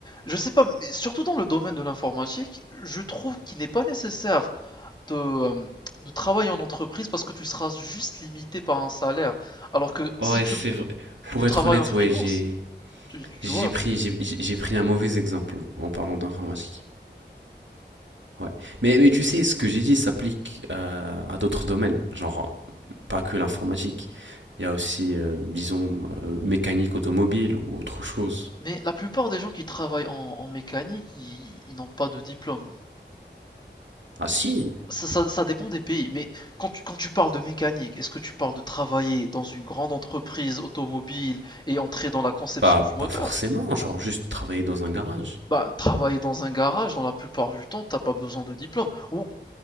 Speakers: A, on the left; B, on the right.
A: je sais pas, mais surtout dans le domaine de l'informatique, je trouve qu'il n'est pas nécessaire de, euh, de travailler en entreprise parce que tu seras juste limité par un salaire. Alors que si
B: Ouais,
A: tu,
B: c'est vrai. Pour
A: tu
B: être
A: travailles
B: honnête,
A: en freelance,
B: ouais, j'ai
A: tu,
B: j'ai
A: tu vois.
B: pris j'ai j'ai- j'ai pris un mauvais exemple en parlant d'informatique. Ouais. Mais mais tu sais, ce que j'ai dit s'applique euh, à d'autres domaines, genre euh, pas que l'informatique. Il y a aussi euh, disons euh, mécanique automobile ou autre chose.
A: Mais la plupart des gens qui travaillent en, en mécanique, ils, ils n'ont pas de diplôme.
B: Ah si,
A: Ça, ça- ça dépend des pays, mais quand tu, quand tu parles de mécanique, est-ce que tu parles de travailler dans une grande entreprise automobile et entrer dans la conception
B: pas
A: du
B: pas
A: moteur?
B: forcément, genre juste travailler dans un garage.
A: Bah, travailler dans un garage, dans la plupart du temps, t'as pas besoin de diplôme. Ou